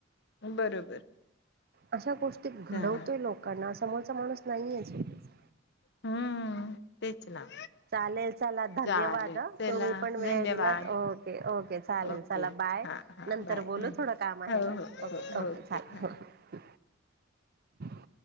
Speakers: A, on the left (about 60°); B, on the right (about 50°).
A: बरोबर
B: अशा गोष्टी घडवतोय
A: चला
B: लोकांना समोरचा माणूस नाहीेचतचा
A: हम्म तेच ना
B: चालेल चला धन्यवाद
A: चालेल चला
B: तुम्ही पण वेळ
A: धन्यवाद
B: दिलात ओके ओके चालेल
A: ओके
B: चला बाय
A: हां हां
B: नंतर
A: बाय
B: बोलू
A: धन्यवाद
B: थोडं काम आहे
A: हो
B: ना
A: हो
B: ओके
A: हो
B: ओके चाले
A: हां
B: <inaudible>